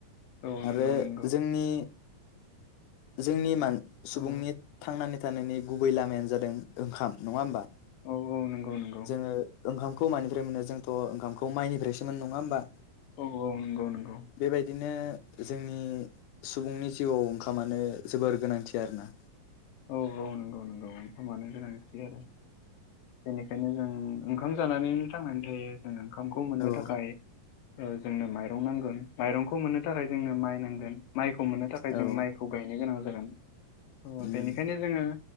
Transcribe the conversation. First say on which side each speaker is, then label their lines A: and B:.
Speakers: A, on the left; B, on the left.
A: औ नंगौ
B: आरो
A: नंगौ
B: जोंनि, जोंनि मान सुबुंनि
A: औ
B: थांनानै थानायनि गुबै लामायानो जादों ओंखाम नङा होमबा,
A: औ औ नंगौ नंगौ।
B: जोङो ओंखामखौ मानिफ्राय मोनो जोंथ' ओंखामखौ माइनिफ्रायसो मोनो नङा होमबा,
A: औ औ नंगौ नंगौ,
B: बेबायदिनो जोंनि सुबुंनि जिउआव ओंखामानो जोबोर गोनांथि आरोना?
A: औ औ नंगौ नंगौ ओंखामानो गोनांथि आरो बेनिखायनो जों ओंखाम जानानैनो थांनानै थायो जों ओं ओंखामखौ मोननो
B: औ
A: थाखाय जोंनो माइरं नांगोन माइरंखौ मोननो थाखाय जोंनो माइ नांगोन, माइखौ मोननो थाखाय
B: औ
A: जों माइखौ गायनो गोनां जागोन औ
B: उम
A: बेनि बेखायनो जोङो